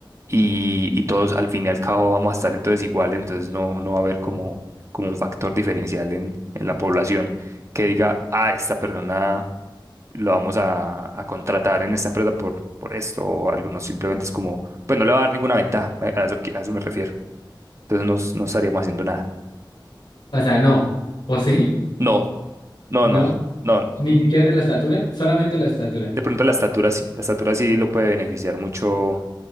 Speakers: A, on the right (about 35°); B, on the left (about 85°).
A: Y, y todos al fin y al cabo vamos a estar entonces iguales, entonces no, no va a haber como, como un factor diferencial en, en la población que diga, ah, esta persona lo vamos a, a contratar en esta empresa por, por esto, o algunos simplemente es como, pues no le va a dar ninguna ventaja, a a eso, que- a eso me refiero. Entonces no, no estaríamos haciendo nada.
B: o sea, no, o sí.
A: No, no,
B: No,
A: no. No, no.
B: ni siquiera la estatura, solamente la estatura,
A: De pronto la estatura sí, la estatura sí lo puede beneficiar mucho,